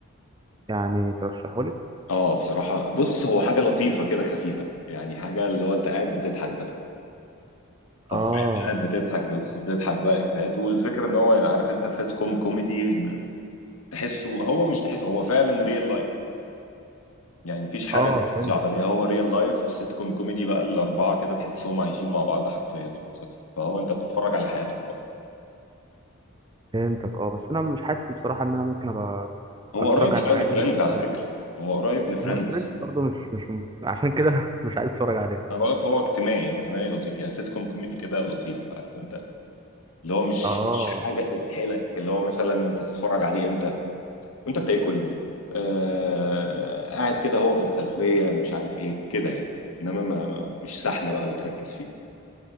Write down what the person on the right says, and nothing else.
يعني ترشحه لي
اه
اه فهمت
فهمتك اه بس انا مش حاسس بصراحه ان انا ممكن ابقى
اتفرج
على النوعيه
دي من المسلسلات
ما انا فريندز برضو مش مش عشان كده <laughs> مش عايز اتفرج عليه
اه